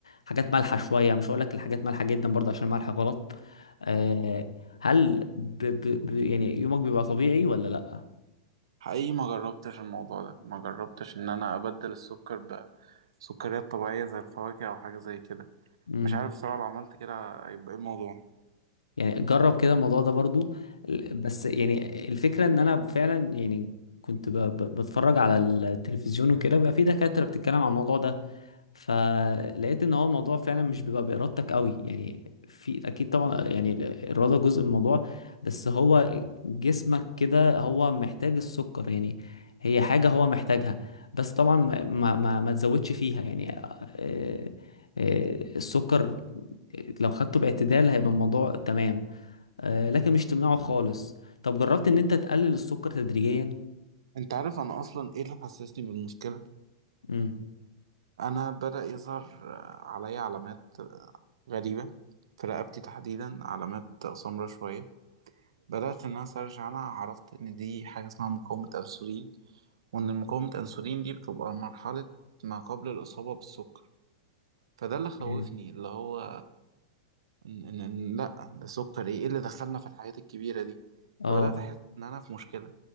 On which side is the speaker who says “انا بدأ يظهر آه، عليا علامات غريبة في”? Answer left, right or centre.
Right